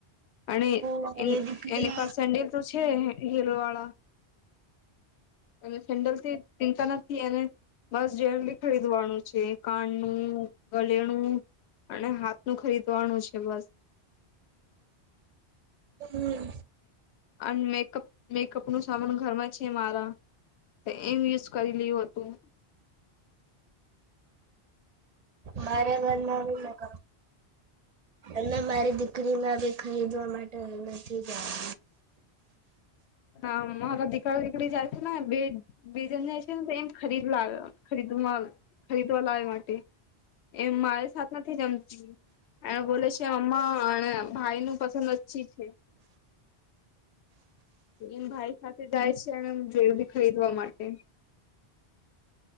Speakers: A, on the left (about 80°); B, on the right (about 50°).
A: અને
B: મારી
A: એ
B: દીકરી
A: એની પાસ સેન્ડલ તો છે. હીલવાળા. અને સેન્ડલથી ચિંતા નથી એને, બસ જેરલી ખરીદવાણુ છે કાનણુ, ગલેણુ અને હાથણુ ખરીદવાનું છે બસ.
B: હમ
A: અન મેઅપ મેકઅપ નું સામાન ઘરમાં છે મારા એમ યુઝ કરી લય હતું
B: મારે ઘરમાં <unintelligible> અને મારી દીકરી ના ખરીદવા માટે નથી જાય
A: ના મારો દીકરો દીકરી જાય છે ને બે બે જણ જાય છે ને એમ ખરીદ લ ખરીદ ખરીદવા લાવવા માટે એમ મારી સાથે નથી જમતી એ બોલે છે અમ્મા અને ભાઈ નું પસંદ અચ્છી છે એમ ભાઈ સાથે જાય છે એ જરૂરી ખરીદવા માટે